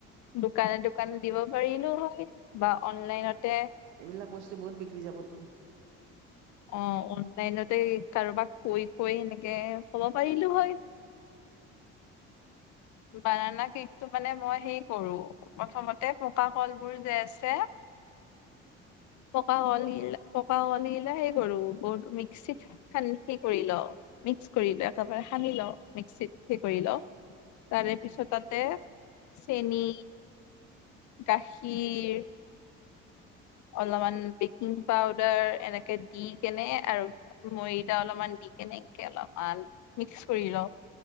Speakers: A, on the left; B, on the right.
A: দোকানে দোকানে দিব পাৰিলো হয়। বা অনলাইনতে
B: এইবিলাক বস্তু বহুত বিক্ৰী যাবতো।
A: অ', অনলাইনতে কাৰোবাক কৈ- কৈ এনেকে কব পাৰিলো হয়। বানানা কেকটো মানে মই হেই কৰো প্ৰথমতে পকা কলবোৰ যে আছে পকা কলিল পকা কলিলে হেই কৰো ব মিক্সিত কৰি ল মিক্স কৰি ল একেবাৰে সানি লওঁ মিক্সিত সেই কৰি লওঁ। তাৰে পিছত তাতে চেনী, গাখীৰ, অলপমান বেকিং পাউদাৰ এনেকে দি কেনে আৰু মইদা অলপমান দি কেনে এনেকে লগে অলপমান মিক্স কৰি লওঁ